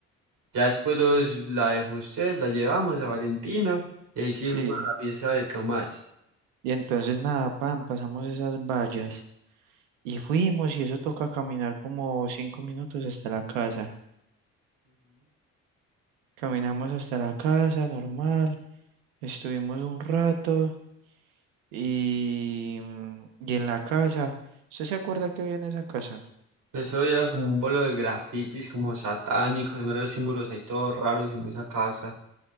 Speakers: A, on the right (about 60°); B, on the right (about 80°).
A: Ya después los, la de José, la llevamos a Valentina y ahí sí
B: Sí.
A: fuimos a la fiesta de Tomás.
B: Y entonces nada, pan, pasamos esas vallas. Y fuimos y eso toca caminar como cinco minutos hasta la casa. Caminamos hasta la casa, normal, estuvimos un rato y, mm, y en la casa, ¿usted se acuerda que había en esa casa?
A: Eso había como un pueblo de grafitis, como satánicos, meros símbolos ahí todos raros en esa casa,